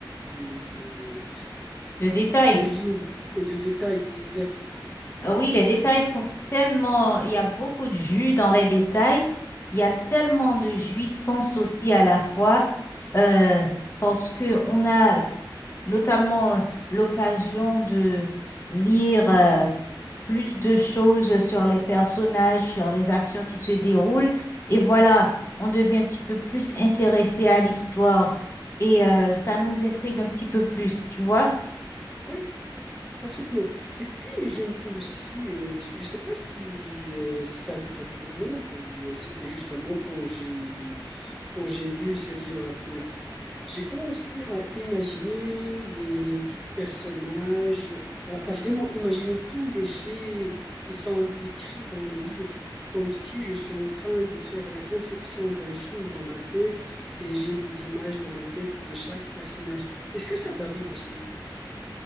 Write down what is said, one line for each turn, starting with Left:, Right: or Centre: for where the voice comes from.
Centre: de, de,
Left: le détail.
Centre: de lignes et de détails exacts.
Left: Ah Oui, les détails sont tellement, il y a beaucoup de jus dans les détails, il y a tellement de jouissance aussi à la fois, euh, parce que on a notamment euh, l'occasion de lire euh, plus de choses sur les personnages, sur les actions qui se déroulent, et voilà, on devient un petit peu plus intéressé à l'histoire et euh, ça nous intrigue un petit peu plus, tu vois?
Centre: Oui, Parfaitement. Et puis, je me dis aussi, euh, je ne sais pas si, euh, si ça arrive à tout le monde ou euh, c'était juste à moi quand j'ai quand j'ai lu ce livre la première fois. J'ai commencé à imaginer les personnages, à, à vraiment imaginer tous les faits qui sont décrits dans le livre, comme si je suis en train de faire la conception d'un film dans ma tête et j'ai des images dans ma tête de chaque personnage. Est-ce que ça t'arrive aussi?